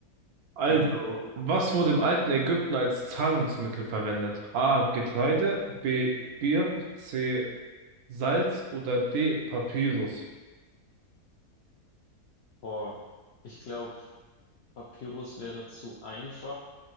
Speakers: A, on the right (about 70°); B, on the left (about 70°).
A: Also,
B: Mhm.
A: was wurde im alten Ägypten als Zahlungsmittel verwendet? A. Getreide, B. Bier, C. Salz oder D. Papyrus?
B: Boah, ich glaube, Papyrus wäre zu einfach,